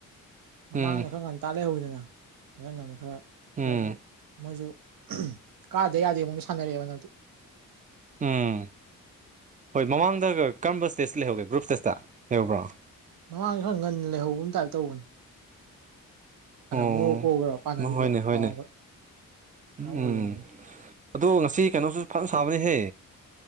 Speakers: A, on the right; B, on the right.
A: ꯃꯃꯥꯡꯗ
B: ꯎꯝ
A: ꯈꯔ ꯉꯅ ꯇꯥꯜꯂꯍꯧꯋꯤꯗꯅ ꯃꯪ ꯑꯃꯨꯛ ꯈꯔ
B: ꯎꯝ
A: ꯈꯔ ꯑꯗꯨꯝ ꯃꯣꯏꯁꯨ ꯀꯥꯗꯦ ꯌꯥꯗꯦ ꯃꯨꯛꯁꯨ ꯁꯥꯟꯅꯔꯦꯕ ꯅꯗꯤ
B: ꯎꯝ ꯍꯣꯏ ꯃꯃꯥꯡꯗ ꯀꯔꯝꯕ ꯏꯁꯇꯦꯁꯇ ꯂꯩꯍꯧꯒꯦ ꯒ꯭ꯔꯨꯞ ꯏꯁꯇꯦꯁꯇ ꯂꯩꯍꯧꯕ꯭ꯔꯣ
A: ꯃꯃꯥꯡꯁꯤꯦ ꯈꯔ ꯉꯟꯅ ꯂꯩꯍꯧꯕ ꯑꯃ ꯇꯥꯏꯞ ꯇꯧꯕꯅꯦ
B: ꯑꯣ
A: ꯃꯣꯔꯣꯛ ꯀꯣꯛꯈꯔꯣ ꯄꯥꯟꯅꯈꯤꯕꯗꯣ
B: ꯍꯣꯏꯅꯦ ꯍꯣꯏꯅꯦ
A: ꯀꯥꯎꯈ
B: ꯎꯝ
A: ꯑꯣꯏꯒꯅꯤꯅꯦ
B: ꯑꯗꯣ ꯉꯁꯤ ꯀꯩꯅꯣꯁꯨ ꯐꯖꯅ ꯁꯥꯕꯅꯤꯍꯦ